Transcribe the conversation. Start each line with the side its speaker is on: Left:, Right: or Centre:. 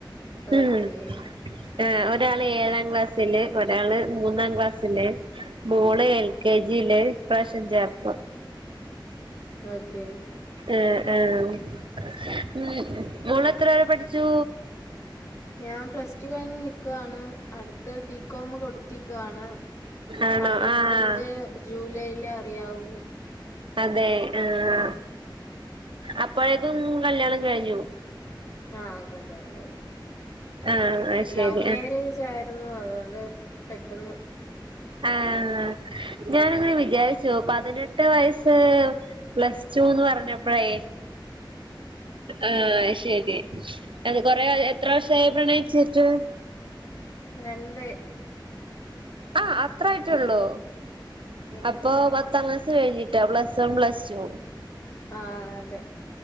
Right: ഉം
Left: ഓക്കെ
Right: ആഹ് ഒരാള് ഏഴാം ക്ലാസ്സില് ഒരാള് മൂന്നാം ക്ലാസിലെ മോള് എൽ കെ ജി ല് ഇപ്രാവശ്യം ചേർത്തു.
Left: ഓക്കെ
Right: ആഹ് ആഹ് ഉം മോളെത്ര വരെ പഠിച്ചു?
Left: ഞാം പ്ലസ് ടു കഴിഞ്ഞ് നിക്കുകാണ് അടുത്തഅ് ബി കോമ് കൊടുത്തിക്കുകാണ്.
Right: ആണോ
Left: അലോട്ട്മെന്റ്
Right: ആഹ്
Left: ജൂലൈലേ അറിയാവൂ.
Right: അതെ ആഹ് അപ്പൊഴേക്കും കല്യാണം കഴിഞ്ഞു.
Left: ആഹ് കല്യാണം കയിഞ്ഞു.
Right: ആഹ് അത് ശരി
Left: ലൗ മേരേജാ.
Right: ആഹ്
Left: ര്ന്നു അത് കൊണ്ട് പെട്ടെന്ന്
Right: ആഹ് ഞാനങ്ങനെ വിചാര്ച്ചു പതിനെട്ട് വയസ്സ് പ്ലസ് ടുന്ന് പറഞ്ഞപ്പഴേ ആഹ് ശരി അത് കൊറെ എത്ര വർഷായി പ്രണയിച്ച്ട്ട്?
Left: രണ്ട്.
Right: ആഹ് അത്രായിട്ടൊള്ളൂ.
Left: ഉം
Right: അപ്പൊ പത്താം ക്ലാസ് സ് കയ്ഞ്ഞിട്ടൊ പ്ലസ് വൺ പ്ലസ് ടു
Left: ആഹ് അതെ